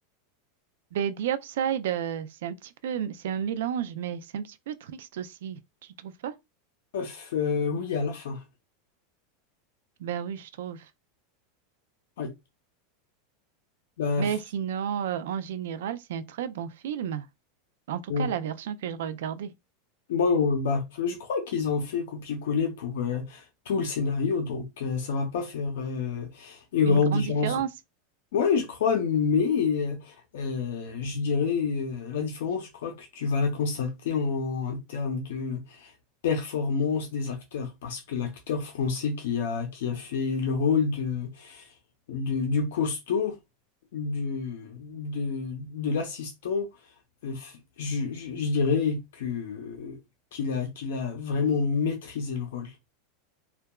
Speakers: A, on the right (about 70°); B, on the left (about 80°).
A: Ben, The Upside, euh, c'est un petit peu, c'est un mélange, mais c'est un petit peu triste aussi. Tu trouves pas?
B: Ouf, euh, oui, à la fin.
A: Ben oui, je trouve.
B: Oui. Bah,
A: Mais
B: f-
A: sinon, euh, en général, c'est un très bon film. En tout
B: bon.
A: cas, la version que je regardais.
B: Bon, ouais, bah, f- je crois qu'ils ont fait copier-coller pour euh, tout le scénario, donc euh, ça va pas faire euh, une
A: Une
B: grande
A: grande
B: différence
A: différence.
B: Ouais, je crois, mais euh, euh, je dirais euh, la différence, je crois que tu vas la constater en, termes de performance des acteurs, parce que l'acteur français qui a, qui a fait le rôle de, de- du costaud, du, de, de l'assistant, euh, f- je, je- je dirais que qu'il a, qu'il a vraiment maîtrisé le rôle.